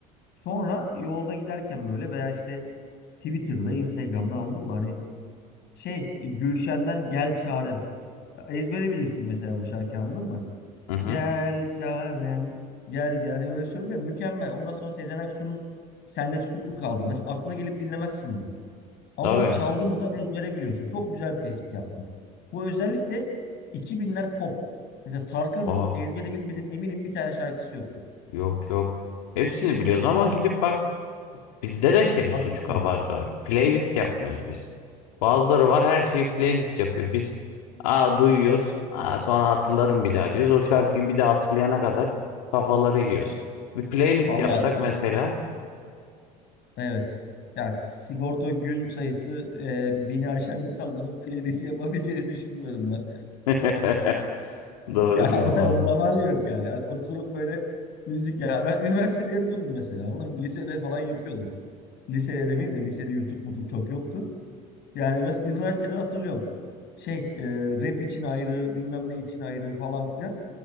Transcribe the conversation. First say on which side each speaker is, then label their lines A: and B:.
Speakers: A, on the left; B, on the left.
A: Sonra yolda giderken böyle veya işte Twitter'da, Instagram'da anladın mı? Hani şey Gülşen'den Gel Çarem. Ya Ezbere bilirsin mesela bu şarkıyı anladın mı?
B: Hı hı.
A: Gel çarem geldi. Yani öyle söylüyor. Mükemmel. Ondan sonra Sezen Aksu'nun Sende Tutuklu kaldı. Mesela aklına gelip dinlemezsin bunu. Ama
B: Tabii.
A: çaldı mı da ezbere biliyorsun. Çok güzel bir tespit yaptın. Bu özellikle 2000'ler pop. Mesela Tarkan'ın
B: Aa,
A: ezbere bilmediğin eminim bir tane şarkısı yoktu.
B: yok yok. Hepsini biliyoruz
A: Ama
B: ama gidip bak Bizde de şey
A: aklıma
B: suç
A: gelmiyor.
B: kabahati var. Playlist yapmıyoruz biz. Bazıları var her şeyi playlist yapıyor. Biz aa duyuyoruz. Aa, sonra hatırlarım bir daha diyoruz. O şarkıyı bir daha hatırlayana kadar kafaları yiyoruz. Bir playlist
A: Vallahi
B: yapsak mesela.
A: evet. Ya sigorta gün sayısı e, bini aşan insanların playlist yapabileceğini düşünmüyorum ben.
B: <laughs> Doğru
A: Ya
B: diyorum
A: Allah
B: lan.
A: zamanı yok yani. Yani Oturup böyle müzik ya. Ben üniversitede yapıyordum mesela. Oğlum lisede falan yapıyordum. Lisede demeyeyim de lisede YouTube mutum çok yoktu. Yani mesela üniversitede hatırlıyorum. Şey e, rap için ayrı bilmem ne için ayrı falan filan.